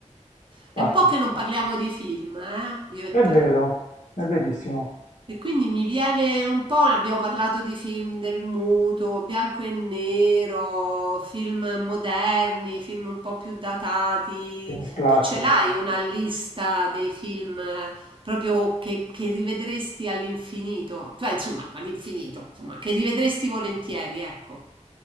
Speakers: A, on the left (about 85°); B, on the right (about 40°).
A: Parti.
B: È un po' che non parliamo di film, eh? Io e
A: È
B: te.
A: vero, è verissimo.
B: E quindi mi viene un po', ne abbiamo parlato di film del muto, bianco e nero, film moderni, film un po' più datati.
A: Film splatter.
B: Tu ce l'hai una lista dei film eh, proprio che, che rivedresti all'infinito? Cioè, insomma, all'infinito, insomma, che rivedresti volentieri, ecco.